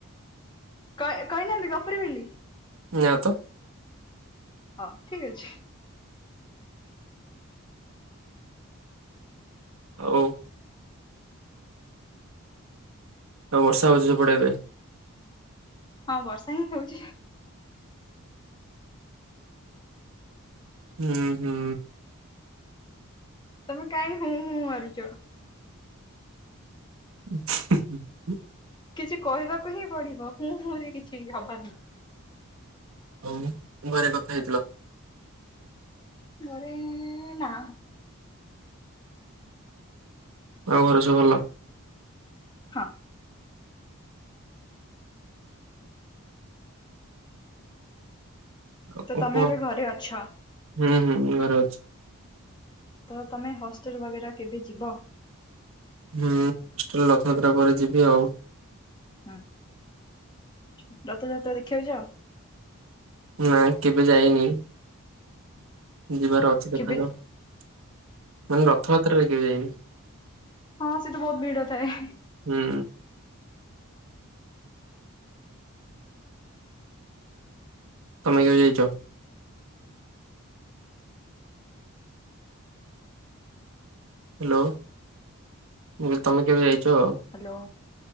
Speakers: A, on the left; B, on the right.
A: କ କହିନାହାନ୍ତି ଗପୁରୀ ବୋଲି।
B: ନା ତ।
A: ହଁ ଠିକ ଅଛି।
B: ହୋଉ। ଆଉ ବର୍ଷା ହେଉଛି ସେପଡେ ଏବେ?
A: ହଁ ବର୍ଷା ହିଁ ହଉଛି।
B: ହୁଁ ହୁଁ।
A: ତମେ କାଇଁ ହୁଁ ହୁଁ ମାରୁଚ।
B: <unintelligible>
A: କିଛି କହିବାକୁ ହିଁ ପଡିବ ହୁଁ ହୁଁ ରେ କିଛି ହବନି।
B: ହଉ ଘରେ କଥା ହେଇଥିଲ?
A: ଘରେ ନା।
B: ଆଉ ଘରେ ସବୁ ଭଲ?
A: ହଁ।
B: ଆଉ କଣ
A: ତ ତମେ
B: କୁହ
A: ଏବେ ଘରେ ଅଛ?
B: ହୁଁ ହୁଁ ଘରେ ଅଛି।
A: ତ ତମେ ହଷ୍ଟେଲ ବଗେରା କେବେ ଯିବ?
B: ହୁଁ ରଥଯାତ୍ରା ପରେ ଯିବି ଆଉ।
A: ହଁ ରଥ ଯାତ୍ରା ଦେଖିବାକୁ ଯାଅ?
B: ନା କେବେ ଯାଇନି। ଯିବାର ଅଛି ଦେଖାଯାଉ
A: କେବେ?
B: ମାନେ ରଥଯାତ୍ରାରେ କେବେ ଯାଇନି।
A: ହଁ ସେ ତ ବହୁତ ଭିଡ ଥାଏ।
B: ହୁଁ। ତମେ କେବେ ଜାଇଛ? ହ୍ୟାଲୋ ମୁଁ ତମେ କେବେ ଯାଇଛ?
A: ହ୍ୟାଲୋ